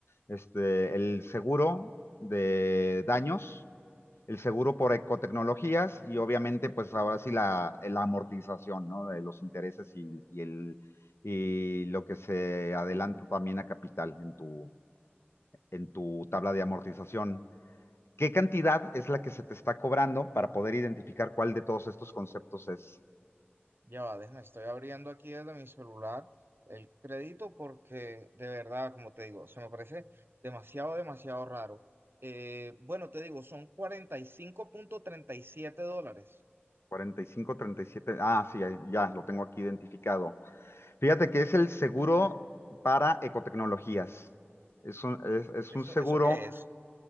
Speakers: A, on the left; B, on the right.
A: Este, el seguro de daños, el seguro por ecotecnologías y obviamente, pues ahora sí la, la amortización, ¿no? De los intereses y, y el y lo que se adelanta también a capital en tu en tu tabla de amortización. ¿Qué cantidad es la que se te está cobrando para poder identificar cuál de todos estos conceptos es?
B: Ya va, déjame, estoy abriendo aquí desde mi celular el crédito porque de verdad, como te digo, se me parece demasiado, demasiado raro. Eh, bueno, te digo, son cuarenta y y cinco punto treinta y siete dólares.
A: 45, 37. Ah, sí, ya lo tengo aquí identificado. Fíjate que es el seguro para ecotecnologías. Es un, es, es
B: ¿Eso,
A: un seguro.
B: eso qué es?